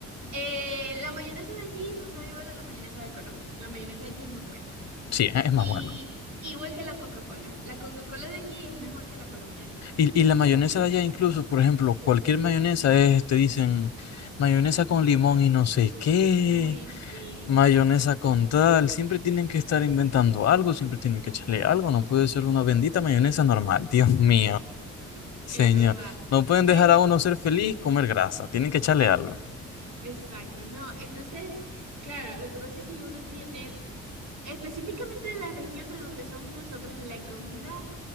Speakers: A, on the right; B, on the left.
A: eh, la mayonesa de aquí no sabe igual a la mayonesa de Colombia. La mayonesa de aquí es más buena.
B: Sí, es es
A: Y
B: más bueno.
A: igual que la Coca-Cola. La Coca-Cola de aquí es mejor que la colombiana.
B: Y, y la mayonesa de allá incluso, por ejemplo, cualquier mayonesa es, te dicen, mayonesa con limón y no sé qué.
A: Uy, sí,
B: Mayonesa con tal, siempre tienen que estar inventando algo, siempre tienen que echarle algo, no puede ser una bendita mayonesa normal, <laughs> Dios mío,
A: es
B: señor.
A: verdad.
B: No pueden
A: Pero,
B: dejar a uno ser feliz, comer grasa, tienen que echarle algo.
A: exacto, no. Entonces, claro, lo que pasa es que uno tiene, específicamente de la región de donde somos nosotros, la comida